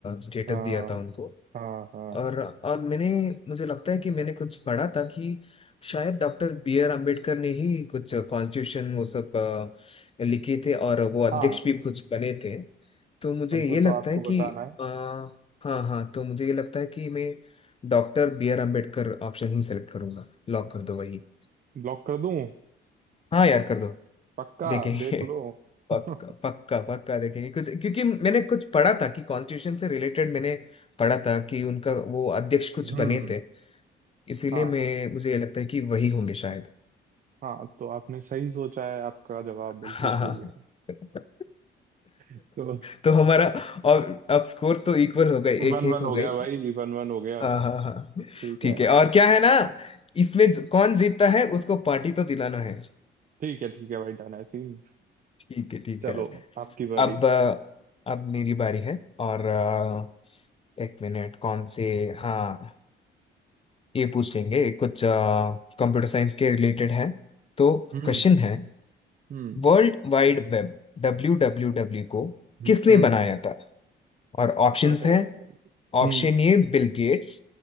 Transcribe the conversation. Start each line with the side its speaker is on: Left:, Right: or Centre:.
Left: स्टेटस
Right: हाँ
Left: दिया था उनको
Right: हाँ हाँ
Left: और और मैंने मुझे लगता है कि मैंने कुछ पढ़ा था कि शायद डॉक्टर बी आर अम्बेडकर ने ही कुछ कॉन्स्टिट्यूशन वो सब अ, लिखे थे और वो अध्यक्ष
Right: हाँ
Left: भी कुछ बने थे तो मुझे
Right: अब वो
Left: ये लगता
Right: तो आपको
Left: है
Right: बताना
Left: कि
Right: है
Left: अ, हाँ हाँ तो मुझे ये लगता है कि मैं doctor B R Ambedkar option ही सेलेक्ट करूंगा लॉक कर दो वही
Right: लॉक कर दूं
Left: हाँ यार कर दो
Right: पक्का
Left: देखेंगे
Right: देख लो
Left: <laughs> पक्का
Right: <laughs>
Left: पक्का पक्का देखेंगे कुछ क्योंकि मैंने कुछ पढ़ा था कि कॉन्स्टिट्यूशन से रिलेटेड मैंने पढ़ा था कि उनका वो अध्यक्ष कुछ
Right: हम्म
Left: बने थे इसीलिए
Right: हाँ
Left: मैं मुझे ये लगता है कि वही होंगे शायद
Right: हाँ तो आपने सही सोचा है आपका जवाब बिल्कुल
Left: हाँ
Right: सही
Left: हाँ
Right: है
Left: <laughs>
Right: <laughs> तो
Left: तो हमारा और अब स्कोर्स तो इक्वल हो गए एक
Right: वन
Left: एक
Right: वन
Left: हो
Right: हो
Left: गए
Right: गया भाई वन वन हो गया
Left: हाँ हाँ हाँ
Right: ठीक
Left: ठीक
Right: है
Left: है और क्या है ना इसमें ज- कौन जीतता है उसको पार्टी तो दिलाना है
Right: ठीक है ठीक है भाई डन है सीन
Left: ठीक है ठीक
Right: चलो
Left: है यार
Right: आपकी बारी
Left: अब अ, अब मेरी बारी है और अ, एक मिनट कौन से हाँ ये पूछ लेंगे कुछ कंप्यूटर साइंस के रिलेटेड है तो
Right: हम्म
Left: क्वेश्चन है
Right: हम्म
Left: world wide web W W W को
Right: हम्म
Left: किसने
Right: हम्म
Left: बनाया था और ऑप्शंस
Right: अरे
Left: हैं
Right: भाई हम्म
Left: option A Bill Gates